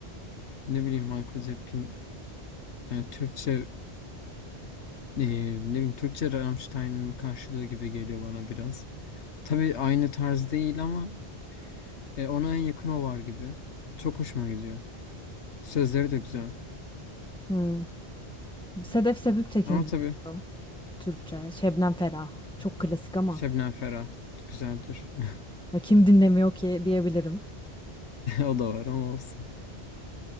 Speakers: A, on the left; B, in the centre.
A: ne bileyim Hayko Cepkin Yani Türkçe e, ne bileyim Türkçe Rammstein'ın karşılığı gibi geliyor bana biraz. Tabii aynı tarz değil ama e, ona en yakın o var gibi. Çok hoşuma gidiyor. Sözleri de güzel.
B: Hmm. Sedef Sebüktekin
A: Ama
B: dinliyorum.
A: tabii
B: Türkçe. Şebnem Ferah. Çok klasik ama.
A: Şebnem Ferah güzeldir. <laughs>
B: Ya kim dinlemiyor ki diyebilirim.
A: O da var ama olsun.